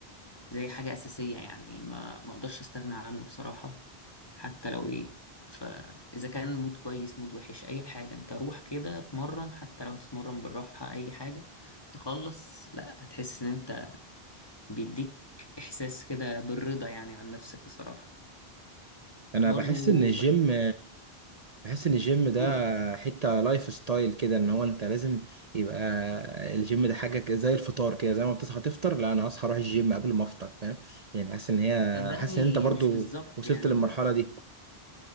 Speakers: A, on the left (about 25°); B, on the right (about 40°).
A: زي حاجه اساسيه يعني ما ما اقدرش استغنى عنه بصراحه حتى لو ايه فاذا كان مود كويس مود وحش اي حاجه انت روح كده اتمرن حتى لو هتتمرن بالراحه اي حاجه تخلص لا هتحس ان انت بيديك إحساس كده بالرضا يعني عن نفسك بصراحة
B: انا
A: برضو
B: بحس ان الجيم
A: بحب
B: بحس ان الجيم ده
A: أقول قول اتفضل.
B: حتة لايف ستايل كده ان هو انت لازم يبقى الجيم ده حاجة ك- زي الفطار كده زي ما بتصحى تفطر لا انا هصحى اروح الجيم قبل ما افطر فاهم يعني حاسس ان هي
A: صدقني
B: حاسس ان انت برضو
A: مش بالظبط
B: وصلت
A: يعني
B: للمرحلة دي